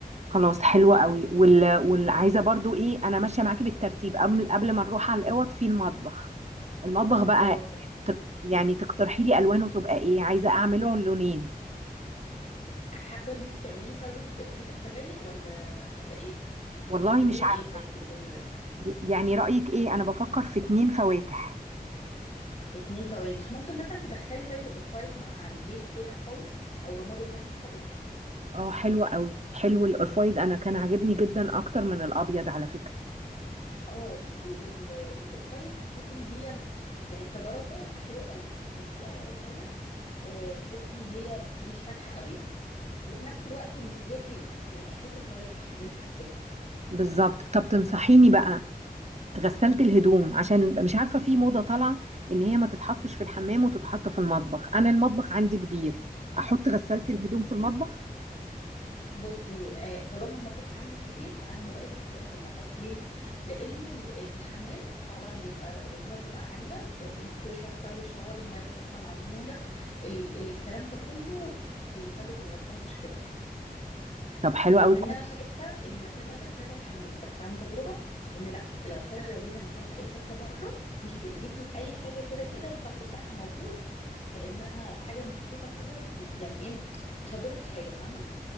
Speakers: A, on the right; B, on the left.
A: خلاص حلوة قوي وال... والعايزة برضو ايه انا ماشية معاكي بالترتيب قبل قبل ما نروح على الاوض في المطبخ المطبخ بقى
B: اه تمام
A: تق... يعني تقترحي لي الوانه تبقى ايه عايزة اعمله لونين
B: حابة ان انت تعمليه طيب فاتح في غامق ولا ولا ايه
A: والله
B: لونين
A: مش عارفة
B: ايه طيب اللي في دماغك
A: ي- يعني رأيك ايه انا بفكر في اتنين فواتح
B: باتنين فواتح ممكن مثلا تدخلي طيب الاوف وايت مع البيج الفاتح خالص او الرمادي الفاتح خالص
A: اه حلوة قوي حلو الاوف وايت انا كان عاجبني جدا اكتر من الابيض على فكرة
B: اه بصي ال- الاوف وايت بحس ان هي يعني كدرجه حلوه قوي بتليق على اي حاجه آه، تحس ان هي مش فاتحه قوي وفي نفس الوقت مدياكي احساس الفواتح اللي انت حاساها
A: بالظبط طب تنصحيني بقى غسلت الهدوم عشان مش عارفه في موضه طالعه ان هي ما تتحطش في الحمام وتتحط في المطبخ انا المطبخ عندي كبير احط غسلت الهدوم في المطبخ
B: بصي آه، طالما المطبخ عندك كبير فانا من رايي تحطيها في المطبخ ليه لان ال- آه، في الحمام طبعا بيبقى الرطوبه بتبقى عاليه آه، انت كل شويه بتاخدي شاور الميه السخنه مع نموله ال الكلام ده كله بيسبب للغساله مشكله
A: طب حلو
B: رغم
A: قوي
B: ان
A: كويس
B: انا شايفه ان مكان الغساله الحمام بس عن تجربه ان لا الغساله لو ليها مكان في اي حته بره مش هتاذيكي في اي حاجه كده كده الصرف بتاعها موجود كانها حاجه محطوطه كده يعني ايه مش هتضرك في حاجه فاهمه